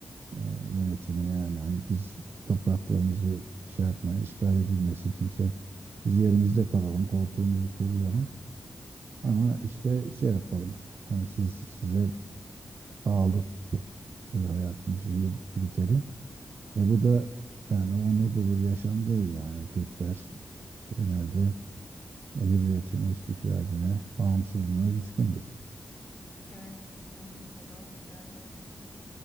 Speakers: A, on the right (about 70°); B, on the left (about 45°).
A: e, yönetimi yani hani biz topraklarımızı şey yapmaya işgal edilmesin kimse biz yerimizde kalalım koltuğumuzu kuruyalım ama
B: Hı hı.
A: işte şey yapalım hani siz size pahalı e, hayatımızı yür- yürütelim. E bu da yani onurlu bir yaşam değil yani Türkler genelde e, hürriyetine, istiklaline, bağımsızlığına düşkündür.
B: Evet kesinlikle doğru söylüyorsun.